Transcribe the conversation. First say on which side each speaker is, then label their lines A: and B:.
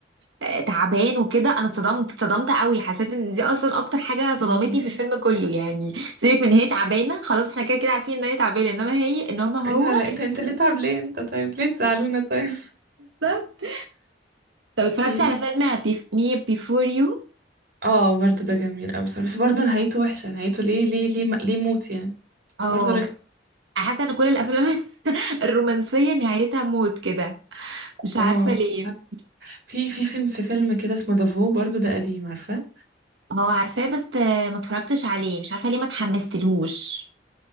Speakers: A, on the right (about 85°); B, on the right (about 60°).
A: آه، تعبان وكده انا اتصدمت اتصدمت قوي حسيت ان دي اصلا اكتر حاجه صدمتني
B: مم.
A: في الفيلم كله يعني سيبك من هي تعبانه خلاص احنا كده كده عارفين ان هي تعبانه انما هي انما هو
B: ايوه لا انت انت تتعب ليه انت طيب ليه تزعلونا طيب
A: بالظبط. طب اتفرجتي
B: مم.
A: على فيلم بيف... مي بيفور يو
B: اه برضو ده جميل اوي بصراحة بس برضو نهايته وحشة نهايته ليه ليه ليه م- ليه موت يعني
A: اه
B: برضو رخم
A: أنا حاسه ان كل الافلام <laughs> الرومانسيه نهايتها موت كده مش
B: اه
A: عارفه ليه
B: في في فيلم في فيلم كده اسمه دافو برضو ده قديم عارفة
A: اه عارفاه بس آه، ما اتفرجتش عليه مش عارفه ليه ما اتحمستلهوش